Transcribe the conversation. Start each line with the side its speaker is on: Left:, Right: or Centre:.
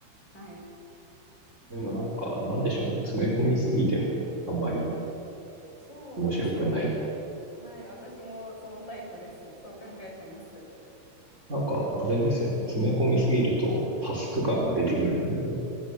Left: はい。
Right: でもなんか、なんでしょうね。詰め込みすぎてもあんまり
Left: そうですよね。
Right: 面白くない。
Left: はい。私もそのタイプです。そう考えてます。
Right: なんか、あれですよね。詰め込みすぎるとタスク感が出てくるんで、こ